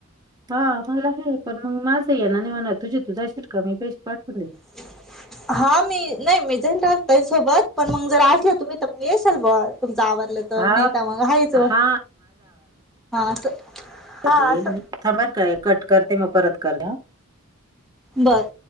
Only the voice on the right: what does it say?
हा मला आहे पण मग माझं या ना नाही म्हणा तुझी तू जा असशील का मी पेश पाठवून दे.
हा
हा
आता येईल
मी थांबर का कट करते मग परत कर.